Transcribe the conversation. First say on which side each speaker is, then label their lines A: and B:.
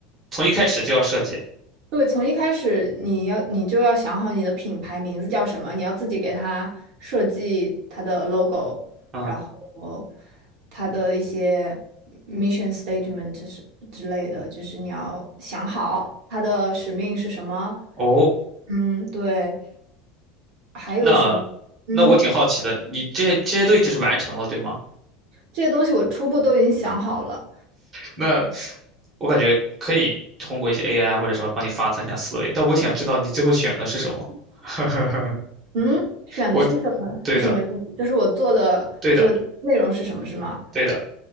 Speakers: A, on the right; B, on the right.
A: 从一开始就要设计，
B: 对，从一开始你要你就要想好你的品牌名字叫什么，你要自己给它设计它的 logo，
A: 嗯，
B: 然后它的一些 mission statement 是之类的，就是你要想好它的使命是什么。
A: 哦，
B: 嗯，对，还有什么？
A: 那
B: 嗯，
A: 那我挺好奇的，你这些这些都已经是完成了，对吗？
B: 这些东西我初步都已经想好了。
A: 那我感觉可以通过一些 AI 或者什么帮你发散一下思维，但我挺想知道你最后选的是什么。<laughs>
B: 嗯，选的是什么？
A: 我，对的，
B: 是什么意思？就是我做的这个内容是什么，
A: 对的，
B: 是吗？
A: 对的，